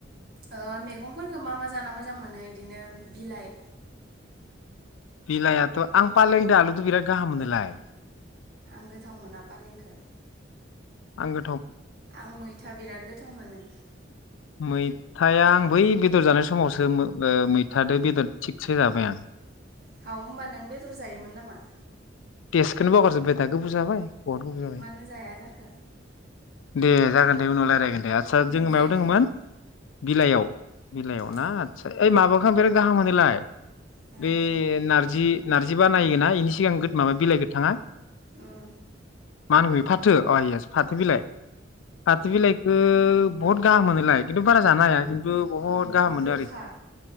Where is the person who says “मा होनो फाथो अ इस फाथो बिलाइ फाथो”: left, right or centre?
Left